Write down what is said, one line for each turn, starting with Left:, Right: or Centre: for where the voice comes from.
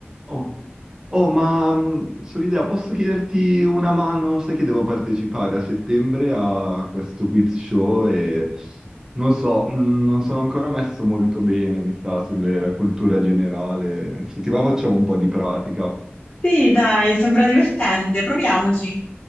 Right: Oh, Oh, ma mh, sull'idea, posso chiederti una mano? Sai che devo partecipare a settembre a questo quiz show e non so, mh, non sono ancora messo molto bene, mi sa, sulle cultura generale. Se ti va facciamo un po' di pratica.
Left: Sì, dai, sembra divertente, proviamoci.